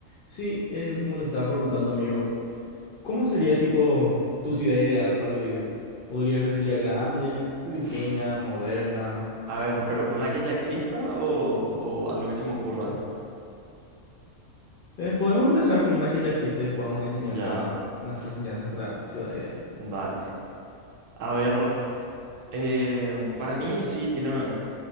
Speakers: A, on the left (about 60°); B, on the right (about 70°).
A: Sí, em, como te estaba preguntando, amigo, ¿cómo sería tipo tu ciudad ideal para vivir? ¿Podrías que sería grande,
B: Uf.
A: pequeña, moderna?
B: A ver, pero una que ya exista o, o algo que se me ocurra.
A: Eh, podemos empezar con una que ya existe y después vamos a diseñar
B: Ya,
A: cada nuestra, ciudad nuestra ciudad ideal.
B: dale. A ver, eh, para mí sí tiene,